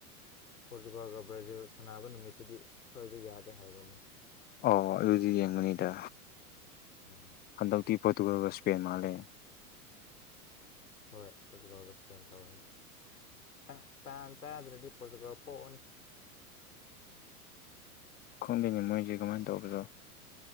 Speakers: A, on the left (about 80°); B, on the left (about 20°).
A: ꯄꯣꯔꯇꯨꯒꯥꯜꯒ ꯕ꯭ꯔꯥꯖꯤꯜ ꯁꯥꯟꯅꯕ ꯅꯨꯃꯤꯠꯇꯗꯤ ꯁꯣꯏꯕ ꯌꯥꯗꯦ ꯍꯥꯏꯕꯅꯤ
B: ꯑꯣ ꯑꯗꯨꯗꯤ ꯌꯦꯡꯕꯅꯤꯗ
A: ꯎꯝ
B: ꯍꯟꯗꯛꯇꯤ ꯄꯣꯣꯔꯇꯨꯒꯜ ꯋꯥ ꯁꯄꯦꯟ ꯃꯥꯂꯦ
A: ꯍꯣꯏ ꯍꯧꯖꯤꯛ ꯐꯥꯎꯕ ꯁ꯭ꯄꯦꯟ ꯇꯧꯔꯅꯤ ꯑ ꯇꯥꯟ ꯆꯥꯗ꯭ꯔꯗꯤ ꯖꯒꯥ ꯄꯣꯛꯅꯤ
B: ꯈꯣꯂꯤꯉ ꯃꯣꯏꯁꯦ ꯀꯃꯥꯏꯅ ꯇꯧꯕꯗꯣ